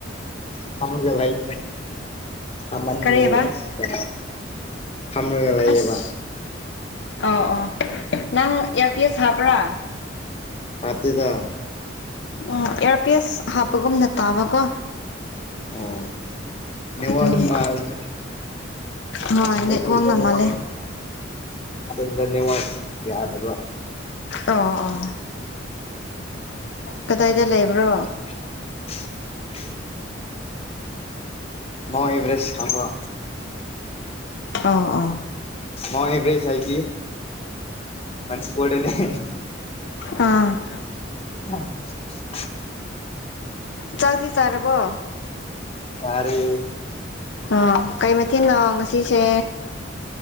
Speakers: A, on the left (about 30°); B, on the left (about 65°).
A: ꯐꯃꯨꯡꯗ ꯂꯩꯕꯅꯦ ꯁꯃꯟꯕꯒꯤ
B: ꯀꯔꯤ ꯍꯥꯏꯕ
A: ꯑꯁ ꯐꯝꯔꯒ ꯂꯩꯌꯦꯕ
B: ꯑꯁ ꯑꯣ ꯑꯣ ꯅꯪ ꯏꯌꯔ ꯄꯤꯁ ꯍꯥꯞꯕ꯭ꯔꯥ
A: ꯍꯥꯞꯇꯦꯗ
B: ꯑꯣ ꯏꯌꯔꯄꯤꯁ ꯍꯥꯞꯄꯒꯨꯝꯅ ꯇꯥꯕꯀꯣ
A: ꯑꯣ ꯅꯦꯠꯋꯥꯛꯅ
B: ꯑꯗꯨꯒꯤ
A: ꯃꯥꯜꯂꯤꯍꯦ
B: ꯍꯣꯏ ꯅꯦꯠꯋꯥꯛꯅ
A: ꯑꯩ ꯈꯨꯟꯗꯣ ꯅꯦꯠꯋꯥꯛ
B: ꯃꯥꯜꯂꯦ
A: ꯈꯨꯟꯗ ꯅꯦꯠꯋꯥꯛ ꯌꯥꯗꯕ
B: ꯑꯣ ꯑꯣ ꯀꯗꯥꯏꯗ ꯂꯩꯕ꯭ꯔꯣ
A: <inaudible> ꯃꯥꯎꯟ ꯑꯦꯚꯔꯦꯁ ꯈꯪꯕ꯭ꯔꯥ
B: ꯑꯧ ꯑꯧ
A: ꯃꯥꯎꯟ ꯑꯦꯚ꯭ꯔꯦꯁ ꯍꯥꯏꯁꯤ ꯃꯅꯤꯄꯨꯔꯗꯅꯦ
B: ꯑꯥ
A: <unintelligible>
B: ꯆꯥꯛꯇꯤ ꯆꯥꯔꯕꯣ?
A: ꯆꯥꯔꯦ꯫
B: ꯑꯣ ꯀꯩ ꯃꯊꯦꯟꯅꯣ ꯉꯁꯤꯁꯦ?